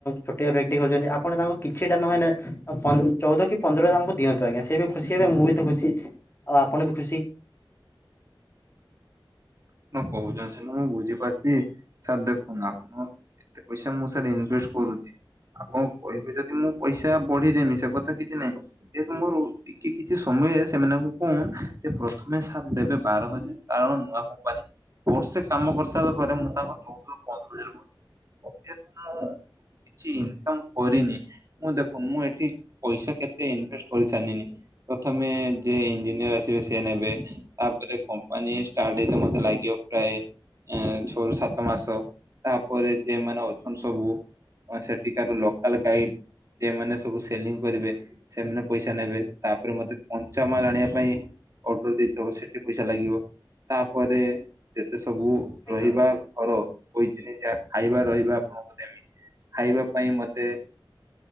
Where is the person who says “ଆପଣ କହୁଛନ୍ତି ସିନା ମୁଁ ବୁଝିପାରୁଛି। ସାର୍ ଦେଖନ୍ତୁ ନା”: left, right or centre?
Right